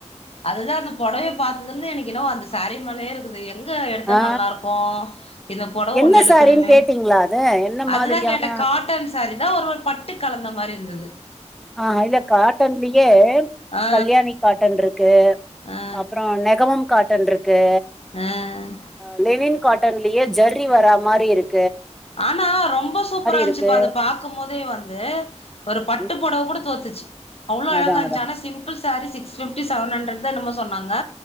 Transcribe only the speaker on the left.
அதுதா இந்த போ ட்ரையல் பாத்ததுல்ல எனக்கென்னவோ அந்த ஸ் சேரி மேலையே இருக்குது இது எங்க எடுத்தா
நல்லாருக்கூ இந்த பொடவ
ஒண்ணு எடுக்கணுமே
அதுதா
கேட்ட காட்டன் சேரீதா ஒரு ஒரு பட்டு கலந்த மாரி இருந்துது
ஆ
ஆ
ஆ
ஆனா ரொம்ப சூப்பரா இருந்ச்சுப்ப
அது பாக்கும் போதே வந்து ஒரு பட்டு
பொடவ கூட தோச்சுச்சு அவ்ளோ அழகா
இருந்சு
ஆனா சிம்பிள் ஸ் sari six fifty seven hundred தா என்னமோ சொன்னாங் க